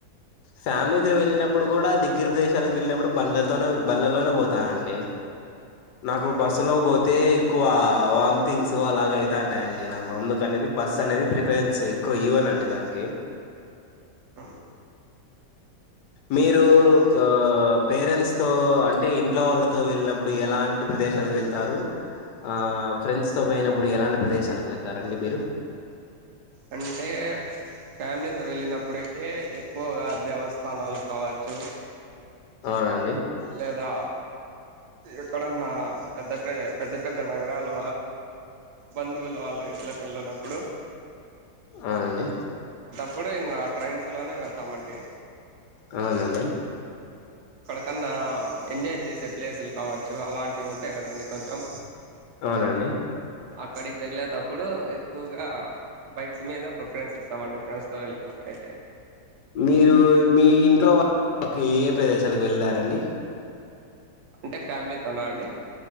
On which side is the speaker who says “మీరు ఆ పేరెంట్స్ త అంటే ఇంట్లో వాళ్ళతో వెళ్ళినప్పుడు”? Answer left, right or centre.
Left